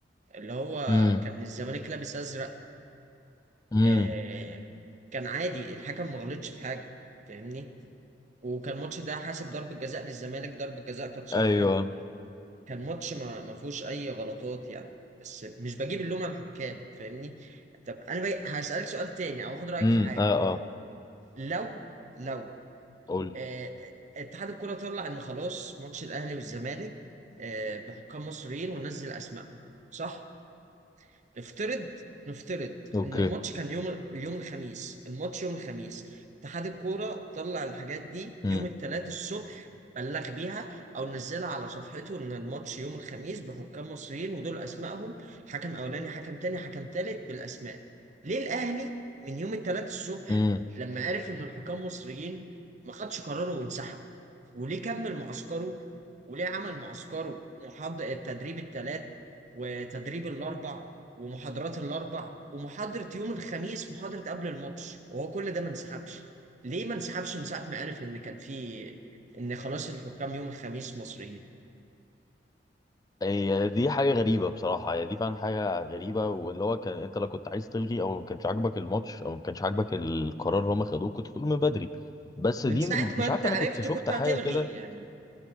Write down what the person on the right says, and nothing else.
اللي هو
كان الزمالك لابس ازرق
آه، كان عادي الحكم ما غلطش في حاجة فاهمني وكان الماتش ده حاسب ضربة جزاء للزمالك ضربة جزاء كانت صح
وكان ماتش ما ما فيهوش اي غلطات يعني بس مش بجيب اللوم على الحكام فاهمني طب انا بقى هسألك سؤال تاني او هاخد رأيك
في حاجة
لو لو
آه، اتحاد الكرة طلع ان خلاص ماتش الاهلي والزمالك آه، بحكام مصريين ونزل اسمائهم صح نفترض نفترض
ان الماتش كان يوم اليوم الخميس الماتش يوم الخميس اتحاد الكورة طلع الحاجات دي
يوم الثلاث الصبح بلغ بيها او نزلها على صفحته ان الماتش يوم الخميس بحكام مصريين ودول اسمائهم حكم اولاني حكم تاني حكم تالت بالاسماء ليه الاهلي من يوم الثلاث الصبح
لما عرف ان الحكام مصريين ما خدش قراره وانسحب وليه كمل معسكره وليه عمل معسكره محاضر التدريب الثلاث وتدريب الاربع ومحاضرات الاربع ومحاضرة يوم الخميس محاضرة قبل الماتش وهو كل ده ما انسحبش ليه ما انسحبش من ساعة ما عرف ان كان في ان خلاص الحكام يوم الخميس مصريين
من
ساعة
ما
انت
عرفت
كنت هتلغي
يعني